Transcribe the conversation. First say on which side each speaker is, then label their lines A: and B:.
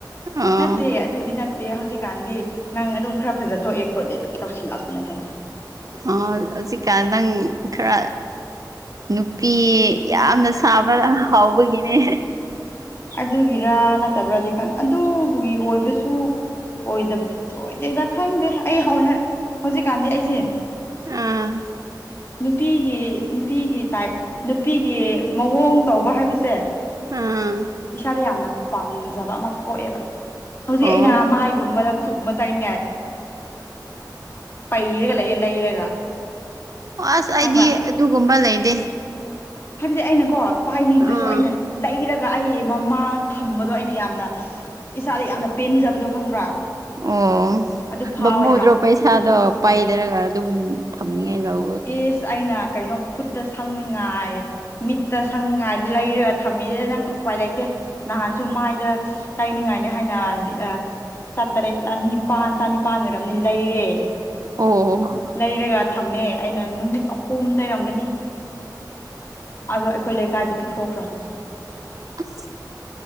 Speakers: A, on the right (about 50°); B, on the left (about 30°).
A: ꯑꯣ
B: ꯅꯠꯇꯦ ꯑꯗꯨꯗꯤ ꯇꯦ ꯍꯧꯖꯤꯛꯀꯥꯟꯗꯤ ꯅꯪ ꯑꯗꯨꯝ ꯈꯔ ꯐꯖ ꯊꯣꯛꯑꯦ ꯈꯣꯠꯂꯦ ꯑꯩ ꯇꯧꯁꯤꯜꯂꯛꯄꯅꯦ ꯈꯪꯕ꯭ꯔꯥ
A: ꯑꯥ ꯍꯧꯖꯤꯛꯀꯥꯟ ꯅꯪ ꯈꯔ ꯅꯨꯄꯤ ꯌꯥꯝꯅ ꯁꯥꯕ ꯍꯥꯎꯕꯒꯤꯅꯦ
B: ꯑꯗꯨꯒꯤꯔ ꯅꯠꯇꯕ꯭ꯔꯥꯗꯤ ꯈꯪ ꯑꯗꯨꯒꯤ ꯑꯣꯏꯕꯁꯨ ꯁꯨ ꯑꯣꯏꯗꯕ ꯑꯣꯏꯗꯦꯗ ꯈꯪꯗꯦ ꯑꯩ ꯍꯧꯖꯤꯛꯀꯥꯟꯗꯤ ꯑꯩꯁꯦ
A: ꯑꯥ
B: ꯅꯨꯄꯤꯒꯤ ꯅꯨꯄꯤꯒꯤ ꯇꯥꯏꯞ ꯅꯨꯄꯤꯒꯤ ꯃꯑꯣꯡ ꯇꯧꯕ ꯍꯥꯏꯕꯁꯦ
A: ꯑꯥ
B: ꯏꯁꯥꯗ ꯌꯥꯝꯅ ꯄꯥꯝꯖꯕ ꯑꯃ ꯄꯣꯛꯑꯦꯕ ꯍꯧꯖꯤꯛ
A: ꯑꯣ
B: ꯑꯩꯅ ꯃꯥꯏꯒꯨꯝꯕꯗ ꯈꯨꯠꯀꯨꯝꯕ ꯇꯥꯏꯅꯤꯡꯉꯥꯏ ꯄꯩꯔꯒ ꯂꯩꯌꯦ ꯂꯩꯔꯒ
A: ꯑꯣ ꯑꯁ ꯑꯩꯗꯤ
B: ꯈꯪꯕ꯭ꯔꯥ
A: ꯑꯗꯨꯒꯨꯝꯕ ꯂꯩꯗꯦ
B: ꯍꯥꯏꯕꯗꯤ ꯑꯩꯅ ꯀꯣ ꯄꯥꯏꯅꯤꯡꯗ꯭ꯔꯁꯨ
A: ꯑꯥ
B: ꯑꯩꯅ ꯂꯩꯔ ꯔꯑꯩ ꯃꯃꯥ ꯊꯝꯕꯗꯣ ꯑꯩꯅ ꯌꯥꯝꯅ ꯏꯁꯥꯗ ꯌꯥꯝꯅ ꯄꯦꯟꯖꯕꯗꯣ ꯈꯪꯕ꯭ꯔꯥ
A: ꯑꯣ
B: ꯑꯗꯨ ꯐꯥꯎꯋꯦꯕ
A: ꯕꯝꯃꯨꯗ꯭ꯔꯣ ꯄꯩꯁꯥꯗꯣ ꯄꯥꯏꯗꯔꯒ ꯑꯗꯨꯝ ꯊꯝꯅꯤꯡꯉꯥꯏ ꯂꯧ
B: ꯏꯁ ꯑꯩꯅ ꯀꯩꯅꯣ ꯈꯨꯠꯇ ꯁꯪꯅꯤꯡꯉꯥꯏ ꯃꯤꯠꯇ ꯁꯪꯅꯤꯡꯉꯥꯏ ꯂꯩꯔꯒ ꯊꯝꯃꯤ ꯅꯪ ꯎꯄꯥꯏ ꯂꯩꯇꯦ ꯅꯍꯥꯟꯁꯨ ꯃꯥꯏꯗ ꯇꯥꯏꯅꯤꯡꯉꯥꯏꯅꯤ ꯍꯥꯏꯅ ꯑ ꯆꯥꯇꯔꯦꯠꯂ ꯅꯤꯄꯥꯥꯟ ꯆꯅꯤꯄꯥꯟ ꯑꯣꯏꯔꯕꯝꯅꯤ ꯂꯩꯔꯦ
A: ꯑꯣ
B: ꯂꯩꯔꯒ ꯊꯝꯃꯦ ꯑꯩꯅ ꯅꯨꯃꯤꯠ ꯑꯍꯨꯝ ꯂꯩꯔꯝꯒꯅꯤ ꯑꯗꯣ ꯑꯩꯈꯣꯏ ꯂꯩꯀꯥꯏꯗ ꯄꯤꯊꯣꯛꯈ꯭ꯔꯝꯅꯤ
A: ꯑꯁ